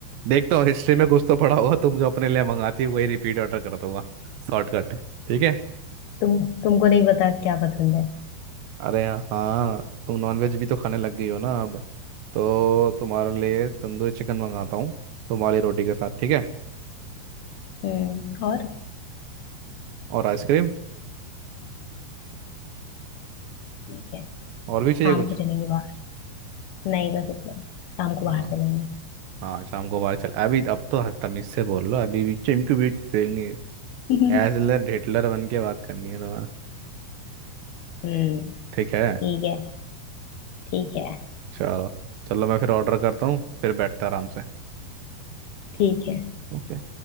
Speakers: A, on the right (about 80°); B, on the left (about 70°).
A: देखता हूँ हिस्ट्री में कुछ तो पड़ा होगा तुम जो अपने लिए मंगाती है वही रिपीट ऑर्डर कर दूंगा शॉर्टकट ठीक है
B: तुम तुमको नहीं पता क्या पसंद है
A: अरे हाँ तुम नॉनवेज भी तो खाने लग गई हो ना अब तो तुम्हारे लिए तंदूरी चिकन मंगाता हूँ तुम्हारी रोटी के साथ ठीक है
B: हम्म और
A: और आइसक्रीम
B: ठीक है
A: और
B: शाम
A: भी चाहिए कुछ
B: को चलेंगे बाहर नहीं बस उतना ही, शाम को बाहर
A: हाँ
B: चलेंगे
A: हाँ शाम को बाहर चल अभी अब तो तमीज से बोल लो अभी भी चिमकी बीट देंगे
B: <laughs>
A: एजलर हिटलर बन के बात करनी है तुम्हें
B: हम्म
A: ठीक है
B: ठीक है ठीक है
A: चलो चलो मैं फिर ऑर्डर करता हूँ फिर बैठता आराम से
B: ठीक है
A: ओके